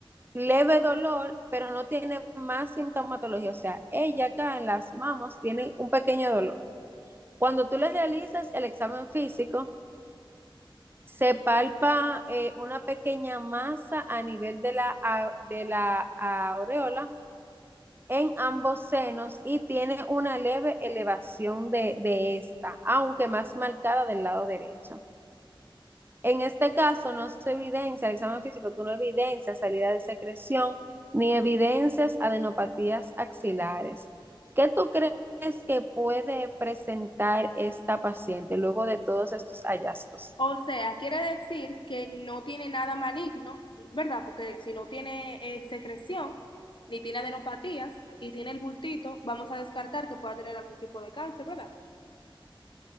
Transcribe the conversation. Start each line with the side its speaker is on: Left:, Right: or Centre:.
Right: leve dolor, pero no tiene más sintomatología. O sea, ella acá en las mamas tiene un pequeño dolor. Cuando tú le realizas el examen físico, se palpa eh, una pequeña masa a nivel de la, a- de la aureola en ambos senos y tiene una leve elevación de, de esta, aunque más marcada del lado derecho. En este caso no se evidencia, el examen físico, tú no evidencias salida de secreción ni evidencias adenopatías axilares. ¿Qué tú crees que puede presentar esta paciente luego de todos estos hallazgos?
Left: O sea, quiere decir que no tiene nada maligno, ¿verdad? Porque si no tiene eh, secreción, ni tiene adenopatías y tiene el bultito, vamos a descartar que pueda tener algún tipo de cáncer, ¿verdad?